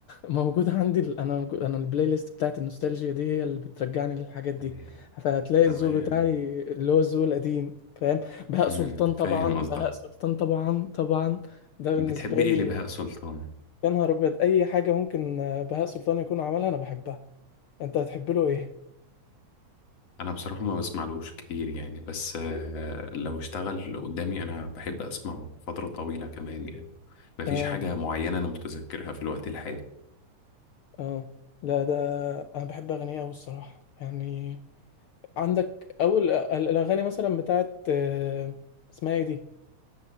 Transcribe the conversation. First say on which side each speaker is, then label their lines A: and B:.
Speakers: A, on the left (about 80°); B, on the left (about 60°).
A: موجود عندي ال- انا موجود انا البلاي ليست بتاعت النوستالجيا دي هي اللي بترجعني للحاجات دي
B: اللي هي
A: فهتلاقي
B: تمام
A: الذوق بتاعي اللي هو الذوق القديم فاهم بهاء سلطان
B: امم
A: طبعا
B: فاهم قصدك
A: بهاء سلطان طبعا طبعا ده بالنسبه
B: بتحب ايه
A: لي
B: لبهاء سلطان
A: يا نهار ابيض اي حاجه ممكن آه، بهاء سلطان يكون عملها انا بحبها انت بتحب له ايه
B: انا بصراحة ما بسمعلوش كتير يعني بس آه، لو اشتغل قدامي انا بحب اسمعه فترة طويلة كمان يعني مفيش
A: اه
B: حاجة معينة انا متذكرها في الوقت الحالي
A: اه لا ده انا بحب اغانيه قوي الصراحه يعني عندك اول ال- الاغاني مثلا بتاعت آه، اسمها ايه دي